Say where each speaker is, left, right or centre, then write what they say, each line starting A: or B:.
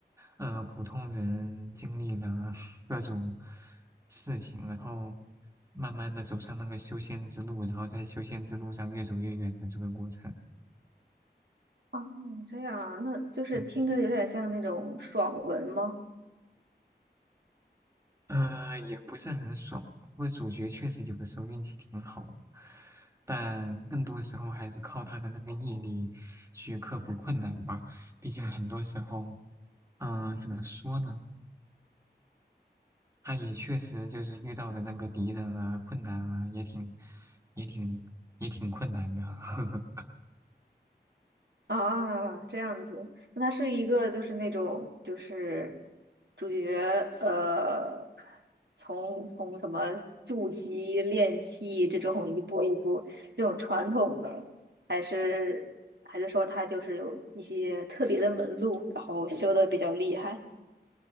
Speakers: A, on the right; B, on the right.
A: 呃，普通人经历了 <laughs> 各种事情，然后慢慢的走上那个修仙之路，然后在修仙之路上越走越远的这个过程。
B: 啊？这样啊，那就是听着有点像那种爽文吗？
A: 嗯，呃，也不是很爽，不过主角确实有的时候运气挺好的，但更多时候还是靠他的那个毅力去克服困难吧。毕竟很多时候，嗯、怎么说呢？他也确实就是遇到的那个敌人啊，困难啊，也挺也挺也挺困难的。<laughs>
B: 啊，这样子，那他是一个就是那种就是主角呃，从从什么筑基练气这种一步一步这种传统的，还是还是说他就是有一些特别的门路，然后修的比较厉害。